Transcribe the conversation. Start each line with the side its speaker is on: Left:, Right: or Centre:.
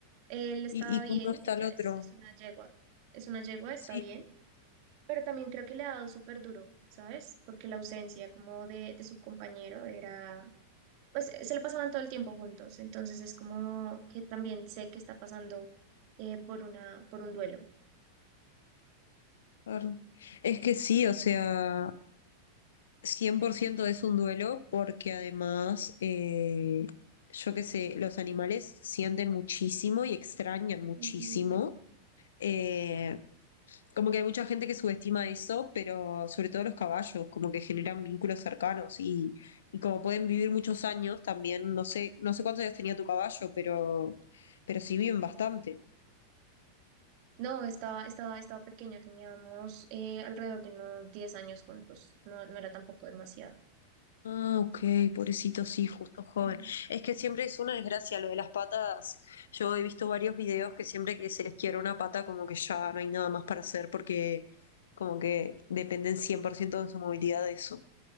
Right: Él estaba
Left: ¿Y, y cómo
Right: bien,
Left: está
Right: ella
Left: el otro?
Right: es, es una yegua, es una yegua, está
Left: Sí,
Right: bien, pero también creo que le ha dado súper duro, ¿sabes? Porque la ausencia como de, de su compañero era pues eh, se la pasaban todo el tiempo juntos, entonces es como que también sé que está pasando eh, por una, por un duelo.
Left: claro. Es que sí, o sea, 100% es un duelo porque además, eh, yo qué sé, los animales sienten muchísimo y extrañan muchísimo.
Right: Ujú.
Left: eh, Como que hay mucha gente que subestima eso, pero sobre todo los caballos, como que generan vínculos cercanos y, y como pueden vivir muchos años también, no sé, no sé cuántos años tenía tu caballo, pero, pero sí viven bastante.
Right: No, estaba, estaba, estaba pequeña, teníamos eh, alrededor de unos 10 años juntos, no, no era tampoco demasiado.
Left: Ah, ok, pobrecito, sí, justo joven.
Right: Ujú.
Left: Es que siempre es una desgracia lo de las patas. Yo he visto varios videos que siempre que se les quiebra una pata, como que ya no hay nada más para hacer porque como que dependen 100% de su movilidad de eso.